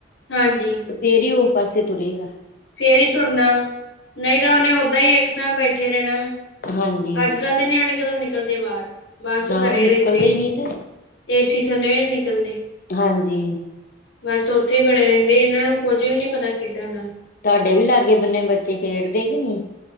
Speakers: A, on the left (about 80°); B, on the left (about 50°).
A: ਹਾਂਜੀ।
B: ਫਿਰ ਹੀ ਉਹ ਪਾਸੇ ਤੁਰਹੇਗਾ।
A: ਫੇਰ ਹੀ ਤੁਰਨਾ ਵਾ, ਨਈ ਤਾਂ ਉਹਨੇ ਉਦਾਂ ਹੀ ਇੱਕ ਥਾਂ ਬੈਠੇ ਰਹਿਣਾ ਵਾ
B: ਹਾਂਜੀ
A: ਅੱਜ-ਕੱਲ ਦੇ ਨਿਆਣੇ ਕਦੋਂ ਨਿਕਲਦੇ ਬਾਹਰ ਬਸ
B: ਨਾ
A: ਘਰੇ
B: ਨਿਕਲਦੇ
A: ਰਹਿੰਦੇ,
B: ਹੀ ਨਹੀਂ ਤੇ
A: ਏਸੀ ਥੱਲੇ ਨੀ ਨਿਕਲਦੇ
B: ਹਾਂਜੀ
A: ਬਸ ਉੱਥੇ ਹੀ ਵੜੇ ਰਹਿੰਦੇ ਇਹਨਾਂ ਨੂੰ ਕੁੱਝ ਵੀ ਨੀ ਪਤਾ ਖੇਡਾਂ ਦਾ
B: ਤੁਹਾਡੇ ਵੀ ਲਾਗੇ ਬੰਨੇ ਬੱਚੇ ਖੇਡਦੇ ਕਿ ਨੀ